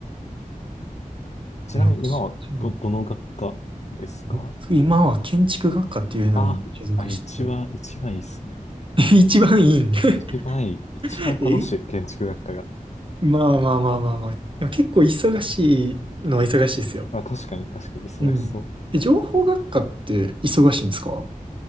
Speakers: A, on the left; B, on the right.
A: ちなみに今はど、
B: う。昔うん
A: どの学科ですか
B: 僕、今は建築学科っていうのに所属してて、
A: あーあ、一番、一番いいっすね。
B: <laughs> 一番いいん <laughs>
A: 一番いい、一番楽しい、
B: え
A: 建築学科が。
B: まあまあまあまあまあ。
A: うん
B: でも結構忙しいのは忙しいですよ。
A: あ、確かに、確かに、忙しそう。
B: うん。え、情報学科って忙しいんですか